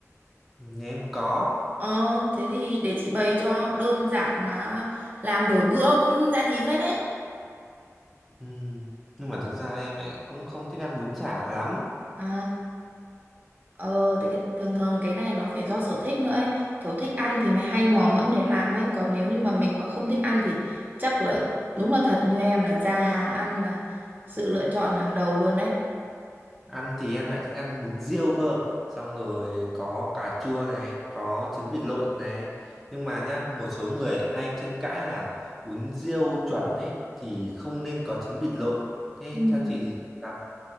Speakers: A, in the centre; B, on the right.
A: nhà em có
B: Ờ, thế thì để chị bày cho đơn giản mà làm đổi bữa cũng ra gì phết đấy.
A: Ừm, nhưng mà thực ra em lại cũng không thích ăn bún chả lắm
B: À, ờ, thì cái, thường thường cái này nó phải do sở thích nữa ấy. Kiểu thích ăn thì mày hay mò mẫm để làm ấy. Còn nếu như mà mình mà không thích ăn thì chắc là đúng là thật như em là ra hàng ăn là sự lựa chọn hàng đầu luôn đấy.
A: Ăn thì em lại thích ăn bún riêu cơ. Xong rồi có cà chua này, có trứng vịt lộn này. Nhưng mà nhá, một số người hay tranh cãi là bún riêu chuẩn ấy thì không nên có trứng vịt lộn. Thế
B: Ừ.
A: theo chị thì sao?